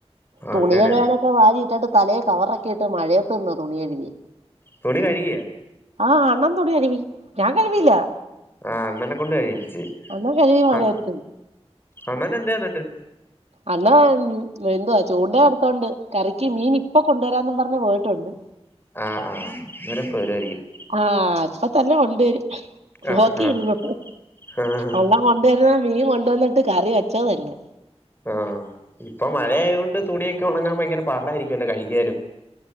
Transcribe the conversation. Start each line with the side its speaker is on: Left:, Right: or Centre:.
Right: തുണി
Left: അങ്ങനെ
Right: കഴുകാനൊക്കെ വാരിയിട്ടിട്ട് തലയെ കവറക്കെയിട്ട് മഴയത് ന് തുണി കഴുകി.
Left: തുണി കഴുകിക.
Right: ആഹ് അണ്ണൻ തുണി കഴുകി ഞാൻ കഴു കില്ല.
Left: ആ അണ്ണനെ കൊണ്ട് കഴയിപ്പിച്ച്
Right: അണ്ണൻ കഴുകി മഴയത്ത്
Left: ആ അണ്ണനെ എന്ത എന്നിട്ട്.
Right: അണ്ണ എന്തുവാ ചൂണ്ട എടുത്തോണ്ട് കറിക്ക് മീൻ ഇപ്പൊ കൊണ്ടുവരാന്നും പറഞ്ഞ് പോയിട്ടുണ്ട്.
Left: ആആഹാ അങ്ങേര് ഇപ്പം വരുവാ യിരിക്കും.
Right: ആഹ അപ്പൊ തന്നെ കൊണ്ടുവരും.
Left: ആഹ്
Right: നോക്കിരുന്നോ
Left: ആഹ് ആഹ്
Right: അല്ലാം കൊ ഇരുന്ന മീൻ കൊണ്ടുവന്നിട്ട് കറി വെച്ചമതി
Left: ആഹ് ഇപ്പൊ മഴയത് കൊണ്ട് തുണിയൊക്കെ ഉണങ്ങാൻ ഭയങ്കര പാടായിരിക്കുമല്ലോ കഴിക്കാലും.